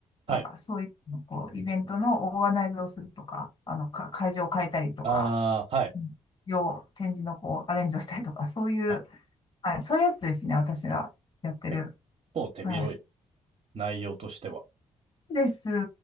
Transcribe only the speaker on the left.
なんか、そういうの、こう、イベントのオーガナイズをするとか、あの、か、会場を借りたりとか、
うん要展示の、こう、アレンジをしたりとか、そういう、
はい。そういうやつですね。私がやってる。
はい。
です